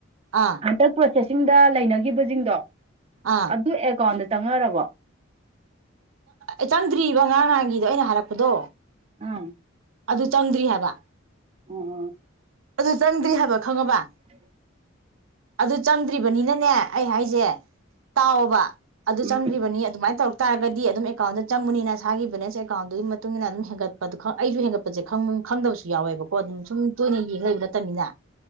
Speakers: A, on the right; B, on the right.
A: ꯑꯥ꯫
B: ꯍꯟꯗꯛ ꯄ꯭ꯔꯣꯁꯦꯁꯤꯡꯗ ꯂꯩꯅꯈꯤꯕꯁꯤꯡꯗꯣ
A: ꯑꯥ
B: ꯑꯗꯨ ꯑꯦꯀꯥꯎꯟꯗ ꯆꯪꯉꯔꯕꯣ
A: ꯑꯦ ꯆꯪꯗ꯭ꯔꯤꯕ ꯉꯔꯥꯡ ꯉꯍꯥꯡꯒꯤꯗꯣ ꯑꯩꯅ ꯍꯥꯏꯔꯛꯄꯗꯣ
B: ꯑꯥ
A: ꯑꯗꯨ ꯆꯪꯗ꯭ꯔꯤ ꯍꯥꯏꯕ꯫
B: ꯑꯣ ꯎꯝ
A: ꯑꯗꯨ ꯆꯪꯗ꯭ꯔꯤ ꯍꯥꯏꯕ ꯈꯪꯉꯕ ꯑꯗꯨ ꯆꯪꯗ꯭ꯔꯤꯕꯅꯤꯅꯅꯦ ꯑꯩ ꯍꯥꯏꯁꯦ ꯇꯥꯎꯕ ꯑꯗꯨ
B: ꯎꯝ
A: ꯆꯪꯗ꯭ꯔꯤꯕꯅꯤ ꯑꯗꯨꯃꯥꯏꯅ ꯇꯧꯔꯛ ꯍꯥꯏ ꯇꯥꯔꯒꯗꯤ ꯑꯗꯨꯝ ꯑꯦꯀꯥꯎꯟꯗ ꯆꯪꯕꯅꯤꯅ ꯏꯁꯥꯒꯤ ꯕꯦꯂꯦꯟꯁ ꯑꯦꯀꯥꯎꯗꯨꯒꯤ ꯃꯇꯨꯡ ꯏꯟꯅ ꯑꯗꯨꯝ ꯍꯦꯟꯒꯠꯄꯗꯨ ꯈ ꯑꯩꯁꯨ ꯍꯦꯟꯒꯠꯄ ꯠꯄꯁꯦ ꯈꯪꯗꯕꯁꯨ ꯌꯥꯎꯋꯦꯕꯀꯣ ꯑꯗꯨꯝ ꯁꯨꯝ ꯇꯣꯏꯅ ꯌꯦꯡ ꯂꯩꯕ ꯅꯠꯇꯕꯅꯤꯅ